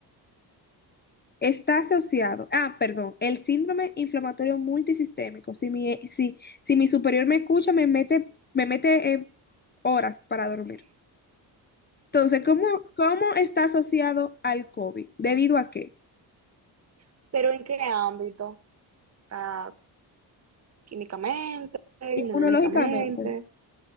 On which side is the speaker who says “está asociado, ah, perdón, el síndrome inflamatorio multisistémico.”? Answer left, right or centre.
Left